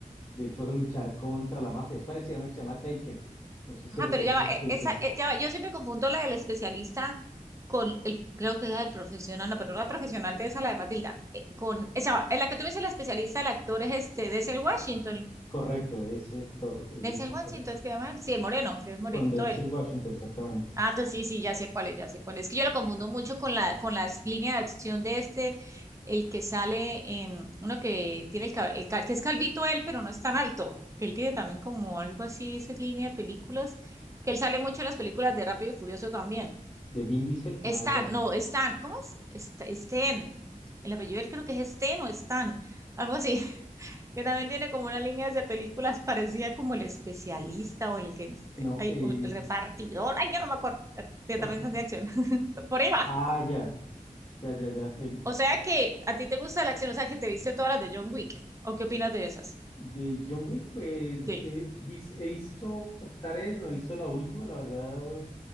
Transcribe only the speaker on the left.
de hecho, a luchar contra la mafia. Es parecido a una que se llama Taken. No sé si
recuerdas
Taken.
Correcto, ese actor, esa
película.
Con Denzel Washington, exactamente.
De Vin Diesel, ah,
ya.
No,
eh,
<laughs>
ah, ya, ya, ya, ya. El,
de John Wick, pues,
eh, vis- eh, hizo como tres, no hizo la última, la verdad.